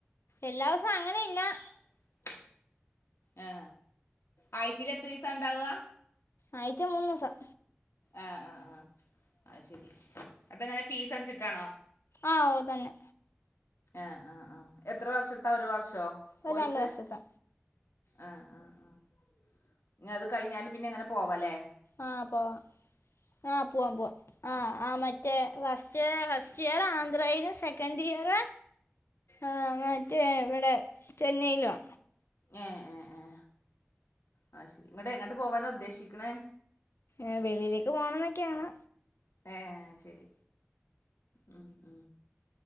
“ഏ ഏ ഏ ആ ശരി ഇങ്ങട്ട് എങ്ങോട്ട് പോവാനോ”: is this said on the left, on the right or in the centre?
Left